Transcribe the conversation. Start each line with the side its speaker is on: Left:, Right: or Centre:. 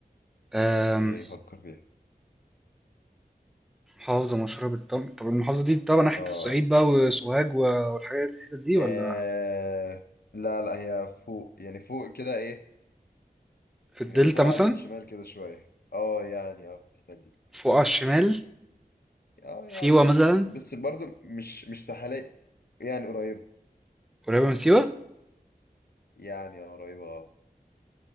Centre: آم،
Left: ايه فكر فيها
Centre: محافظة مشهورة بالتمر طب المحافظة دي طبعا ناحية
Left: اه
Centre: الصعيد بقى وسوهاج و- والحاجات الحتت دي ولا
Left: آه، لا لا هي فوق يعني فوق كده ايه
Centre: في الدلتا
Left: يعني فوق
Centre: مثلا
Left: على الشمال كده شوية اه يعني اه في الحتة دي
Centre: فوق على الشمال
Left: اه يعني
Centre: سيوة مثلا
Left: بس برضو مش مش ساحلية يعني قريبة
Centre: قريبة من سيوة
Left: يعني اه قريبة اه